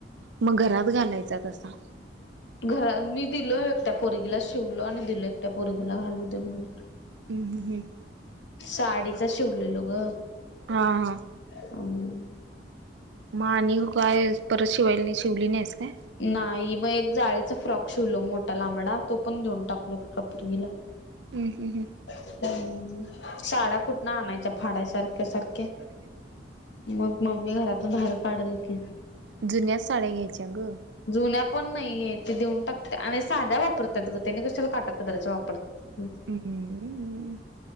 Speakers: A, on the right (about 75°); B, on the left (about 75°).
A: मग घरात घालायचा तसा.
B: घरा मी दिलो एकट्या पोरगीला शिवलो आणि दिलो एकट्या पोरगीला घालू देऊन.
A: हम्म हम्म हम्म.
B: साडीचा शिवलेलो ग.
A: हा हा
B: हम
A: मग आणि काय परत शिवायला नेली. शिवली नाहीस काय.
B: नाही मग एक जाळीचा फ्रॉक शिवलो. मोठा लांबडा. तो पण देेऊन टाकलो एका पोरीला.
A: हम्म हम्म हम्म.
B: हम्म. साड्या कुठन आणायच्या फड्यासारख्या सारख्या मग मम्मी घरातून बाहेर काढल की,
A: जुन्या च साड्या घ्यायच्या ग,
B: जुन्या पण नाहीय. ते देऊन टाकत आणि साध्या वापरतात ग त्यानी कशाला काटा पदराा वापरत
A: हम्